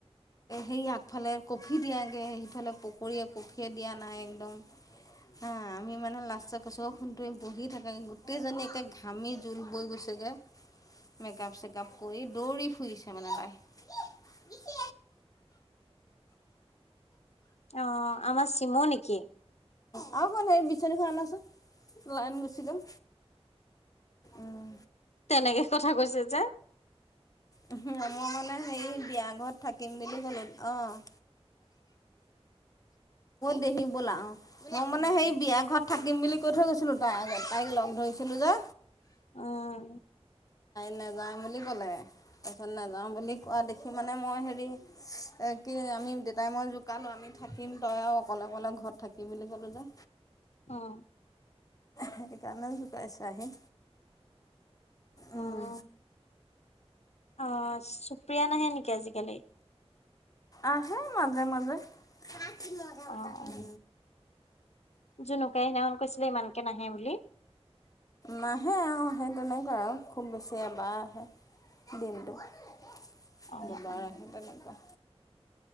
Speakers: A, on the left; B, on the left.
A: সেই আগফালে কফি দিয়াগে সিফালে পকৰীয়ে কফিয়ে দিয়া নাই একদম।
B: <inaudible>
A: হা <unintelligible> লাষ্টত কৈছোঁ অই সোণ তুমি বহি থাকা গে গোটেইজনী একে ঘামি জোল বৈ গৈছেগে। মেকাপ চেকাপ কৰি দৌৰি ফুৰিছে মানে তাই।
B: <inaudible> অ', আমাৰ চিমৌ নেকি?
A: অ' সোণ হেৰি বিচনাীখন আনাচোন লাইন গুচি গ'ল উম।
B: তেনেকে কথা কৈছে যে।
A: উম, মই মানে হে বিয়া ঘৰত থাকিম বুলি কলো অ'। দেহি ব'লা অ'। মই মানে
B: উম,
A: সেই বিয়া ঘৰত থাকিম বুলি কৈ থৈ গৈছিলো তাৰ আগত তাইক লগ ধৰিছিলো যে
B: আহ।
A: নাযায় বুলি ক'লে। তাৰ পিছত নাযাওঁ বুলি কোৱা দেখি মানে মই হেৰি এ কি আমি দেতাই মই জোকালো আমি আমি থাকিম তই আৰু অকলে অকলে ঘৰত থাকিম বুলি ক'লোঁ যে
B: অ'।
A: সেইকাৰণে জোকাইছে আহি। উম,
B: অ', অ'সুপ্ৰিয়া নাহে নেকি আজিকালি?
A: আহে মাজে, মাজে। কি মজা বতাহ
B: অ',
A: মাৰি
B: অ'। জনুকাই সিদিনাখন কৈছিলে ইমানকে নাহে বুলি।
A: নাহে আৰু সেই তেনেকুৱা আৰু খুব বেছি এবাৰ আহে দিনটো। দুবাৰ
B: অ', অ'।
A: আহে তেনেকুৱা।